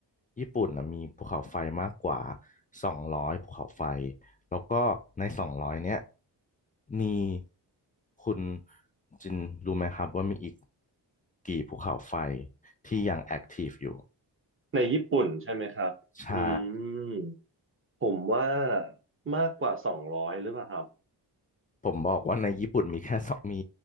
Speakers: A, on the left; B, on the right.
A: ญี่ปุ่นนะมีภูเขาไฟมากกว่าสองร้อยภูเขาไฟแล้วก็ในสองร้อยเนี้ยมีคุณจินรู้ไหมครับว่ามีอีกกี่ภูเขาไฟที่ยังแอคทีฟอยู่
B: ในญี่ปุ่นใช่ไหมครับอื
A: ใช่
B: มผมว่ามากกว่าสองร้อยหรือเปล่าครับ
A: ผมบอกว่าในญี่ปุ่นมีแค่สองมี